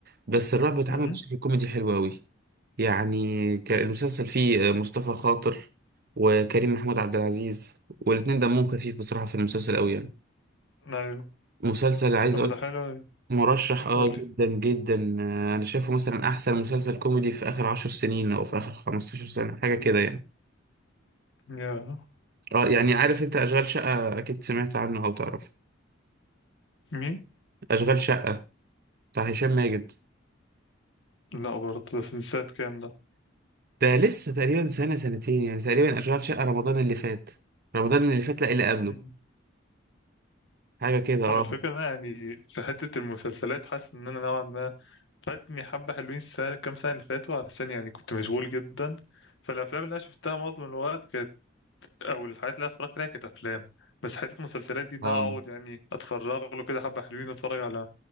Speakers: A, on the right; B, on the left.
A: بس الرعب اتعمل
B: مم.
A: بشكل كوميدي حلو أوي يعني ك- المسلسل فيه مصطفى خاطر وكريم محمود عبد العزيز والاتنين دمهم خفيف بصراحة في المسلسل قوي يعني
B: أيوه
A: مسلسل عايز
B: طب
A: اقول
B: ما ده حلو أوي.
A: مرشح اه
B: قولي
A: جدا جدا آه، انا شايفه مثلا احسن مسلسل كوميدي في اخر عشر سنين او في اخر خمستاشر سنة حاجة كده يعني
B: يا
A: اه يعني عارف انت اشغال شقة اكيد سمعت عنه او تعرف
B: مين؟
A: اشغال شقة بتاع هشام ماجد
B: لا برضه ده في سنة كام ده؟
A: ده لسه تقريبا سنة سنتين يعني تقريبا اشغال شقة رمضان اللي فات رمضان اللي فات لا اللي قبله
B: مم.
A: حاجة كده اه
B: هو الفكرة إن أنا يعني في حتة المسلسلات حاسس إن أنا نوعا ما فاتني حبة حلوين السنة كام سنة اللي فاتوا علشان يعني كنت مشغول جدا فالأفلام اللي أنا شفتها معظم الوقت كانت أو الحاجات اللي أنا اتفرجت عليها كانت أفلام بس حتة المسلسلات دي إن
A: اه
B: أنا أقعد يعني أتفرغ له كده حبة حلوين وأتفرج على